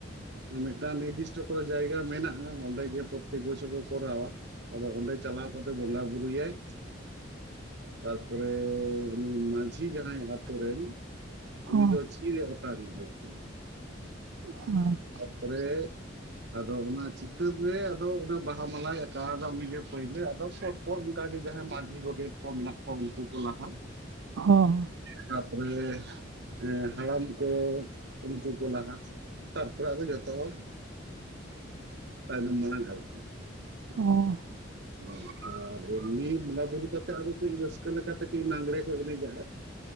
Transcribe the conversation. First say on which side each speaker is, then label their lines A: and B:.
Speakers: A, on the right; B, on the right.
A: ᱚᱸ ᱢᱤᱜᱴᱟᱱ ᱱᱤᱫᱤᱥᱴᱚ ᱠᱚᱨᱮ ᱡᱟᱭᱜᱟ ᱢᱮᱱᱟᱜᱼᱟᱸᱻ, ᱚᱸᱰᱮ ᱜᱮ ᱯᱚᱛᱛᱮᱠ ᱵᱚᱪᱷᱚᱨ ᱠᱚ ᱠᱚᱨᱟᱣᱟ᱾ ᱟᱫᱚ ᱚᱸᱰᱮ ᱪᱟᱞᱟᱣ ᱠᱟᱛᱮᱜ ᱵᱚᱸᱜᱟ-ᱵᱩᱨᱩ ᱭᱟᱭ᱾ ᱛᱟᱯᱚᱨᱮ ᱩᱱᱤ ᱢᱟᱺᱡᱷᱤ ᱡᱟᱦᱟᱸᱭ ᱟᱛᱩᱨᱮᱱ,
B: ᱦᱚᱸ
A: ᱩᱱᱤ ᱫᱚ ᱪᱤᱨᱮ ᱚᱴᱟᱝ ᱞᱮᱫᱟ ᱠᱤ᱾
B: ᱦᱚᱸ ᱠᱷᱤ᱾
A: ᱛᱟᱯᱚᱨᱮ ᱟᱫᱚ ᱚᱱᱟ ᱪᱤᱛᱟᱹᱨ ᱨᱮ, ᱟᱫᱚ ᱚᱱᱟ ᱵᱟᱦᱟ ᱢᱟᱞᱟᱭ ᱟᱠᱟ ᱣᱟᱫᱟ ᱩᱱᱤᱜᱮ ᱯᱟᱹᱭᱞᱟᱹ, ᱟᱫᱚ ᱯᱚ ᱯᱚᱨ ᱚᱝᱠᱟ ᱜᱮ ᱡᱟᱦᱟᱸ ᱢᱟᱡᱷᱤ, ᱜᱚᱰᱮᱛ ᱠᱚ ᱢᱮᱱᱟᱜ ᱠᱚ, ᱩᱝᱠᱩ ᱠᱚ ᱞᱟᱦᱟ᱾
B: ᱦᱚᱸ
A: ᱛᱟᱯᱚᱨᱮ ᱮᱸ ᱦᱟᱲᱟᱢ ᱠᱚ, ᱩᱝᱠᱩ ᱠᱚ ᱞᱟᱦᱟᱜ ᱛᱟᱨᱯᱚᱨᱮ ᱟᱫᱚ ᱡᱚᱛᱚ <inaudible> ᱛᱟᱭᱱᱚᱢ-ᱢᱟᱲᱟᱝ ᱟᱨᱠᱤ᱾
B: ᱦᱚᱸ᱾
A: <inaudible> ᱟᱨ ᱮᱢᱱᱤ ᱵᱚᱸᱜᱟ-ᱵᱩᱨᱩ ᱠᱟᱛᱮᱜ ᱟᱫᱚ <inaudible> ᱨᱟᱹᱥᱠᱟᱹ ᱞᱮᱠᱟᱛᱮ ᱴᱤ ᱞᱟᱸᱜᱽᱲᱮ ᱠᱚ ᱮᱱᱮᱡᱟᱻ᱾